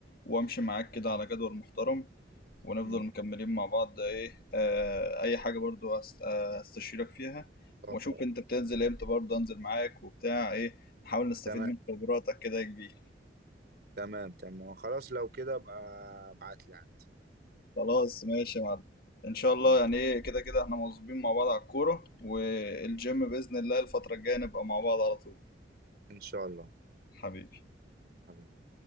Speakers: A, on the left (about 55°); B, on the right (about 60°).
A: وامشي معاك كده على جدول محترم ونفضل
B: مم.
A: مكملين مع بعض ايه آه اي حاجة برضو هست- آه، هستشيرك فيها
B: اه
A: واشوف انت بتنزل امتى برضه انزل معاك وبتاع ايه نحاول نستفيد
B: تمام
A: من خبراتك كده يا كبير
B: تمام تمام خلاص لو كده ابقى ابعت لي عادي
A: خلاص ماشي يا معلم ان شاء الله
B: ماشي
A: يعني ايه كده كده احنا مواظبين مع بعض على الكورة والجيم بإذن الله الفترة الجاية نبقى مع بعض على طول
B: ان شاء الله
A: حبيبي
B: حبيبي